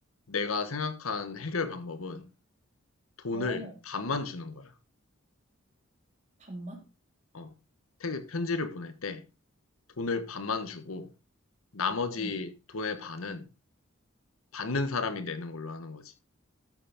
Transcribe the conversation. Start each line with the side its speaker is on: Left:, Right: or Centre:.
Left: 내가 생각한 해결 방법은 돈을
Right: 어,
Left: 반만 주는 거야.
Right: 반만?
Left: 어, 태- 편지를 보낼 때 돈을 반만 주고 나머지
Right: 응.
Left: 돈의 반은 받는 사람이 내는 걸로 하는 거지.